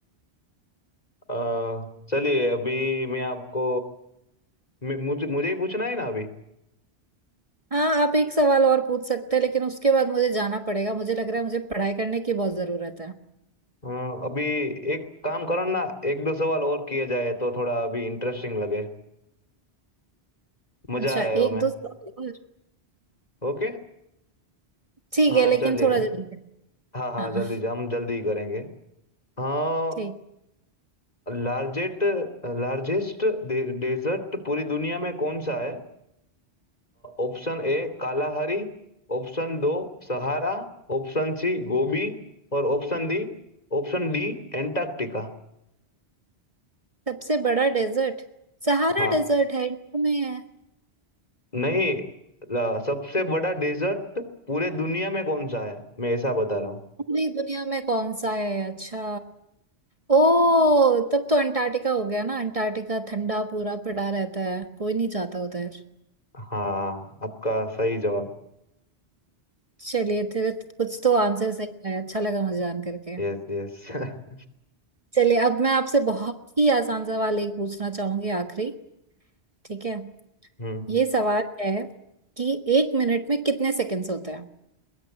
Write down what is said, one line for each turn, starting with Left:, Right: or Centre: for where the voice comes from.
Left: अ, चलिए अभी मैं आपको मे- मुझे मुझे ही पूछना है ना अभी
Right: हाँ आप एक सवाल और पूछ सकते हैं लेकिन उसके बाद मुझे जाना पड़ेगा मुझे लग रहा है मुझे पढ़ाई करने की बहुत जरूरत है
Left: अ, अभी एक काम करो ना एक दो सवाल और किए जाए तो थोड़ा अभी इंटरेस्टिंग लगे मजा
Right: अच्छा
Left: आए
Right: एक
Left: हमें
Right: दो सवाल और
Left: ओके
Right: ठीक
Left: हाँ
Right: है लेकिन
Left: चलिए
Right: थोड़ा जल्दी कर-
Left: हाँ हाँ
Right: हाँ
Left: जल्दी हम जल्दी करेंगे हाँ
Right: ठीक
Left: लार्जेस्ट लार्जेस्ट डेजर्ट पूरी दुनिया में कौन सा है ऑप्शन ए कालाहरी ऑप्शन दो सहारा ऑप्शन सी गोबी और option D option D Antarctica
Right: सबसे बड़ा डेजर्ट सहारा
Left: हाँ
Right: डेजर्ट है इंडिया में है
Left: नहीं ल- सबसे बड़ा डेजर्ट पूरे दुनिया में कौन सा है मैं ऐसा बता रहा हूँ
Right: पूरी दुनिया में कौन सा है अच्छा ओ तब तो अंटार्कटिका हो गया ना अंटार्कटिका ठंडा पूरा पड़ा रहता है कोई नहीं जाता उधर
Left: हाँ आपका सही जवाब
Right: चलिए तेरे कुछ तो आंसर सही है अच्छा लगा मुझे जान करके
Left: Yes yes <laughs>
Right: चलिए अब मैं आपसे बहुत ही आसान सवाल एक पूछना चाहूंगी आखिरी ठीक है
Left: हम्म
Right: ये सवाल है कि एक मिनट में कितने सेकंड्स होते हैं